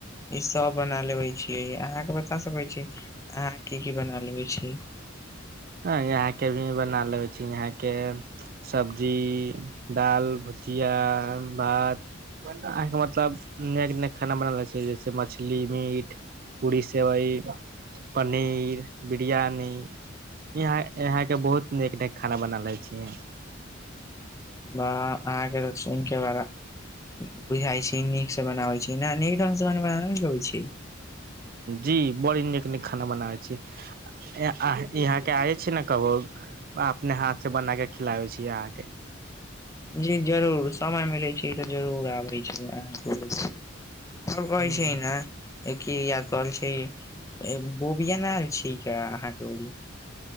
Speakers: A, on the left; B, on the right.
A: ई सब बना लेबे छियै अहाँके बता सकै छी अहाॅं की-की बना लेबै छी?
B: हॅं, यहाॅंके भी बना लेबे छी यहाँके <unintelligible> सब्जी, दाल, भुजिया, भात अहाॅंके मतलब नीक-नीक खाना बना लैत छियै, जैसे मछली, मीट पूरी, सेवइ, पनीर, बिरियानी यहा यहांके बहुत नीक नीक खाना बना लैत छी
A: वाह, अहाँके <unintelligible> त सु के बड़ा बुझाय छी नीकसे बनाबै छी ने नीक ढंगसे बनबै लगै छै
B: जी बड़ी नीक-नीक खाना बनाबै छी यहाँ के आबै छी ने कबो, अपने हाथसे बनाके खिलाबै छी अहाँके
A: जी जरूर, समय मिलैत छै तऽ जरूर आबै छी अहाँके आल कहै
B: ह
A: छै नेी यत कहल छै <unintelligible> बोबियना छीक <unintelligible> अहाँके ओ